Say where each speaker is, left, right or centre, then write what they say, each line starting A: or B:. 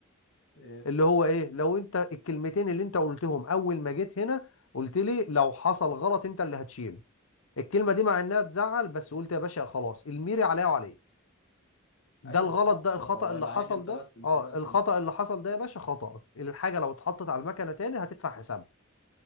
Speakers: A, on the left (about 60°); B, on the left (about 75°).
A: إيه.
B: اللي هو ايه لو انت الكلمتين اللي انت قلتهم اول ما جيت هنا قلت لي لو حصل غلط انت اللي هتشيله الكلمه دي مع انها تزعل بس قلت يا باشا خلاص الميري عليا وعليك ده
A: ايوه
B: الغلط
A: صح
B: ده
A: هو
B: الخطأ
A: هو
B: اللي
A: يبقى
B: حصل
A: عليك انت
B: ده
A: بس انت
B: اه
A: مالك
B: الخطأ
A: انت
B: اللي حصل ده يا باشا خطأ الحاجه لو اتحطت على المكنه تاني هتدفع حسابها